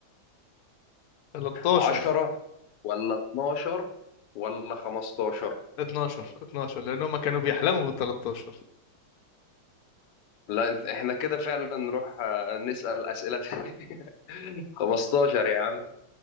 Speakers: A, on the left (about 65°); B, on the left (about 80°).
A: 13
B: عشرة ولا اتناشر ولا خمستاشر
A: 12 12 لان هم كانوا بيحلموا بال 13
B: لا انت- احنا كده فعلا نروح آه، نسأل أسئلة تانية <laughs> 15 يا عم